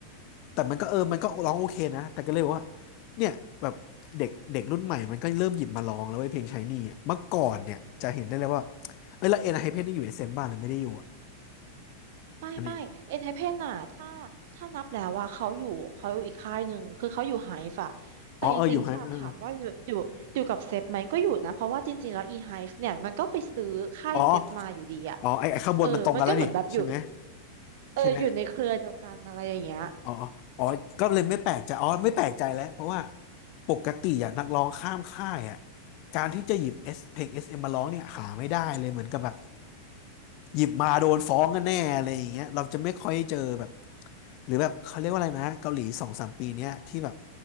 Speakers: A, on the left; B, on the right.
A: แต่มันก็เออมันก็ร้องโอเคนะแต่ก็เลยบอกว่าเนี่ยแบบเด็กเด็กรุ่นใหม่มันก็เริ่มหยิบมาร้องแล้วไอ้ยเพลงชายนี่อะเมื่อก่อนเนี่ยจะเห็นได้เลยว่าเอ้ยแล้วเอ็นไฮเพนนี่อยู่เอสเอ็มบ้านหรือไม่ได้อยู่อะ
B: ไม่ไม่
A: อันนี้
B: ENHYPEN นไฮเพ่นน่ะถ้าถ้านับแล้วว่าเขาอยู่เขาอยู่อีกค่ายหนึ่ง คือเขาอยู่ไฮฟอะแต่จริงๆถ้าถามว่าอยู่อยู่อยู่กับเซฟไหมก็อยู่นะ
A: อ๋อเอออยู่ไฮเออ
B: เพราะว่าจริงๆ แล้ว E-Hive เนี่ยมันก็ไปซื้อค่ายเซฟมาอยู่ดีอะ
A: อ๋อ อ๋อไอ้ไอ้ข้างบนมันตรงกันแล้วนี่ใช่ไหม
B: เออ มันก็เหมือนแบบอยู่เอออยู่ในเครือเดียวกันอะไรอย่างเงี้ย
A: ใช่ไหมอ๋อ อ๋อ ก็เลยไม่แปลกใจอ๋อไม่แปลกใจแล้วเพราะว่าปกติอ่ะนักร้องข้ามค่ายอ่ะการที่จะหยิบเอสเพลงเอสเอ็มมาร้องเนี่ยหาไม่ได้เลยเหมือนกับแบบ หยิบมาโดนฟ้องกันแน่อะไรอย่างเงี้ยเราจะไม่ค่อยเจอแบบหรือแบบเขาเรียกว่าอะไรนะเกาหลีสองสามปีเนี้ยที่แบบ